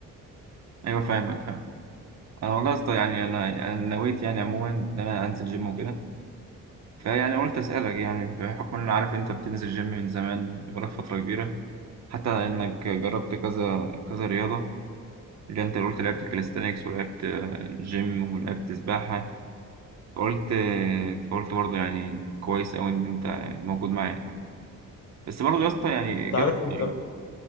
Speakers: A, on the right; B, on the left.
A: ايوه فاهمك فاهم انا والله يا اسطى يعني انا انا نويت يعني عموما ان انا انزل جيم وكده فيعني قلت اسالك يعني بحكم ان انا عارف انت بتنزل جيم من زمان بقالك فتره كبيره حتى انك جربت كذا كذا رياضه اللي انت قلت لعبت كاليستانكس ولعبت آه، جيم ولعبت سباحة فقلت آه، فقلت برضه يعني كويس أوي إن أنت موجود معايا بس برضه يا اسطى يعني
B: أنت
A: جافي
B: عارف أنت
A: يعني